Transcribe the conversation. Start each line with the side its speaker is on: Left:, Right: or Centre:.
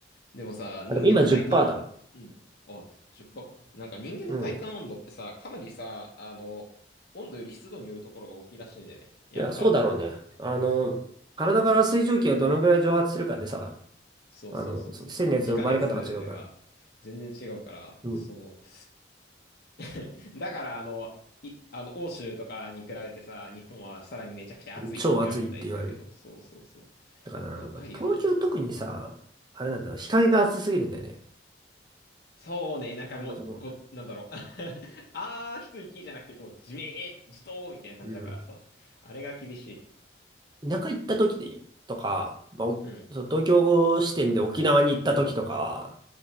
Left: でもさ、人間の体感温、
Right: あ、でも今10%だ。
Left: うん。あ、10%か。なんか人間の体感温度ってさ、
Right: うん。
Left: かなりさ、あの、温度より湿度によるところが大きいらしいんだよね。やっぱ。
Right: いや、そうだろうね。あの、
Left: そうそう。
Right: 体から水蒸気がどのぐらい蒸発するかでさ、
Left: そうそうそうそう。
Right: あの、そうのやつの奪われ方が違うから。
Left: 気化熱が全然違うから、
Right: うん。
Left: そう。<laughs> だから、あの、い、あの、欧州とかに比べてさ、日本はさらにめちゃくちゃ暑いって言われてたりするけど、
Right: 超暑いって言われる。
Left: そうそうそう。
Right: だからなんか、
Left: やばいよね。
Right: 東京特にさ、あれなんだろう、日陰が暑すぎるんだよね。
Left: そうね、なんかもう、
Right: まあでも
Left: ご、なんだろう。<laughs> あー、一息じゃなくて、こう、じめー、じとーみたいな感じだからさ、
Right: うん
Left: あれが厳しい。
Right: 田舎行った時とか、まあ、おそう東京支店で沖縄に行った時とかは、
Left: うん。